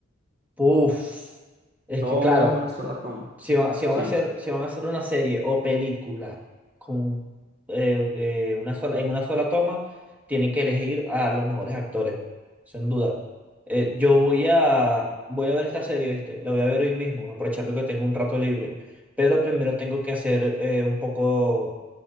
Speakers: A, in the centre; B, on the right.
A: Uf. Es
B: Todo
A: que claro.
B: es una sola toma.
A: si van, si
B: Sí.
A: van a hacer, si van a hacer una serie o película con, eh, de una sola, en una sola toma, tienen que elegir a los mejores actores, sin duda. Eh, yo voy a, voy a ver esta serie, ¿viste? La voy a ver hoy mismo, aprovechando que tengo un rato libre. Pero primero tengo que hacer eh, un poco